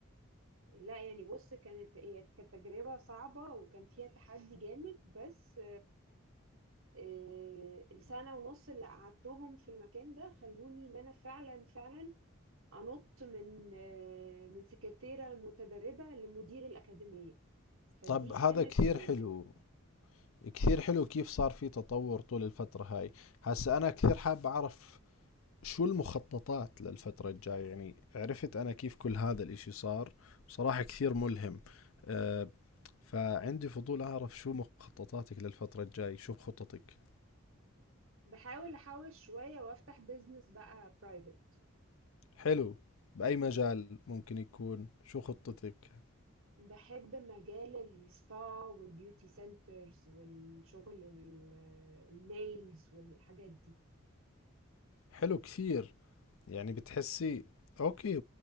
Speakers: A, on the right; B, on the left.
A: لا يعني بص كانت هي كانت تجربة صعبة وكان فيها تحدي جامد بس آه، السنة ونص اللي قعدتهم في المكان ده خلوني ان انا فعلا فعلا انط من آه، من سكرتيرة متدربة لمدير الأكاديمية فدي
B: طب هذا
A: كانت
B: كثير
A: ال...
B: حلو كثير حلو كيف صار في تطور طول الفترة هاي هسا أنا كثير حاب أعرف شو المخططات للفترة الجاية يعني عرفت أنا كيف كل هذا الإشي صار بصراحة كثير ملهم أه فعندي فضول أعرف شو مخططاتك للفترة الجاي شو خططك
A: بحاول احوش شوية وافتح بيزنس بقى برايفت
B: حلو بأي مجال ممكن يكون شو خطتك
A: بحب مجال السبا والبيوتي سنترز والشغل ال- النيلز والحاجات دي
B: حلو كثير يعني بتحسي اوكي